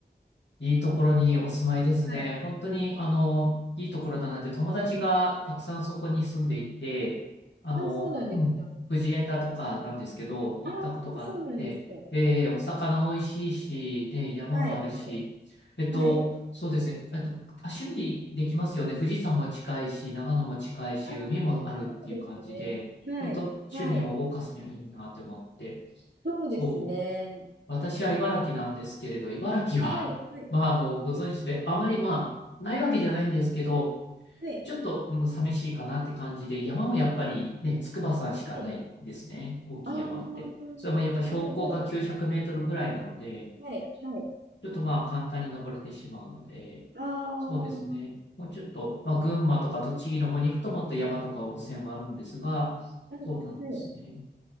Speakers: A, on the left; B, on the right.
A: いいところにお住まいですね。
B: はい。
A: 本当に、あの、いいところだなって、友達がたくさんそこに住んでいて、あの、
B: あ、そうなんですか。
A: うん、藤枝とかなんですけど、行ったことがあって、
B: ああそうなんですか。ね
A: で、お魚美味しいし、ね、山もあるし、
B: はい、はい、
A: えっと、
B: はい。
A: そうですね、えっと、多趣味できますよね。富士山も近いし、長野も近いし、
B: あ、
A: 海もあるっていう感じで、
B: そうですね。はい、
A: 本当趣味を謳歌すにはいいなって思って。
B: はい。そうですね。
A: そう。私は茨城なんですけれど、茨城は、
B: はい、
A: <laughs>
B: はい、
A: まあ、あの、ご存知で、あまり、まあ、ないわけじゃないんですけど、
B: はい。
A: ちょっと、うん、寂しいかなって感じで、山もやっぱりね、
B: うんはい。
A: 筑波山しかないですね。大きい山って。
B: ああ
A: それもやっぱ標高が900メートルぐらいなので、
B: ああじゃあはい、はい。
A: ちょっとまあ、簡単に登れてしまうので、
B: ああは
A: そうですね。もうちょっと、まあ、群馬とか栃木の方に行くともっと山とか温泉はあるんですが、
B: い、は
A: そうなんですね。
B: い。